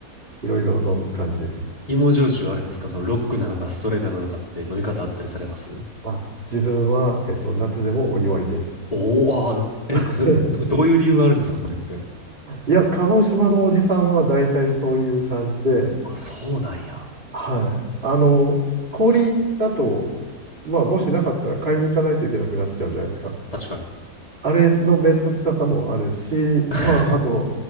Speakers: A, on the right (about 40°); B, on the left (about 25°).
A: いろいろ飲む感じです。
B: 芋焼酎はあれですかそのロックなのかストレートなのかって飲み方あったりされます
A: あ、自分は、えっと、夏でもお湯割りです。
B: おおー、あー、え、
A: <laughs>
B: なんかそれ、どういう理由があるんですかそれって。
A: いや、鹿児島のおじさんは大体そういう感じで、
B: あ、そうなんや。
A: はい。あの、氷だと、まあ、もしなかったら買いに行かないといけなくなっちゃうじゃないですか。
B: 確かに。
A: あれのめんどくささもあるし、
B: <laughs>
A: まあ、あと